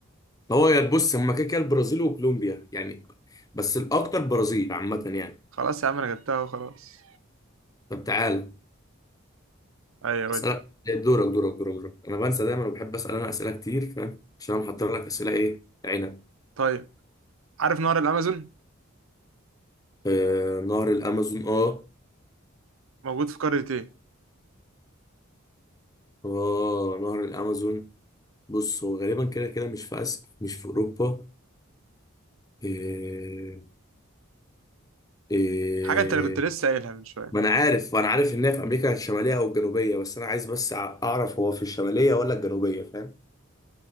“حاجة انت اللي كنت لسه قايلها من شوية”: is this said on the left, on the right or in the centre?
Right